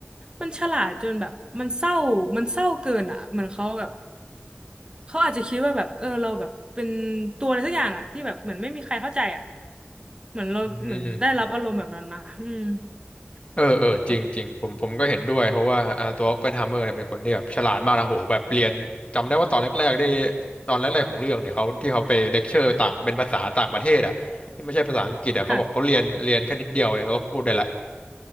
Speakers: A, on the right; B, on the left.
A: มันฉลาดจนแบบมันเศร้ามันเศร้าเกินอ่ะเหมือนเขาแบบเขาอาจจะคิดว่าแบบเออเราแบบเป็นตัวอะไรสักอย่างอ่ะที่แบบเหมือนไม่มีใครเข้าใจอ่ะเหมือนเราเหมือนได้รับอารมณ์แบบนั้นนะอืม
B: อืมเออ เออ จริงจริงผมผมก็เห็นด้วยเพราะว่าอ่าตัวออปเพนไฮเมอร์เนี่ยเป็นคนที่แบบฉลาดมากนะโหแบบเรียนจำได้ว่าตอนแรกๆที่
A: แบบ
B: ตอนแรกๆของเรื่องเนี่ยเขาที่เขาไปเลคเชอร์ต่างเป็นภาษาต่างประเทศอ่ะที่ไม่ใช่ภาษาอังกฤษอ่ะเขาบอกเขาเรียนเรียนแค่นิดเดียวเองแล้วก็พูดได้ละ
A: ค่ะ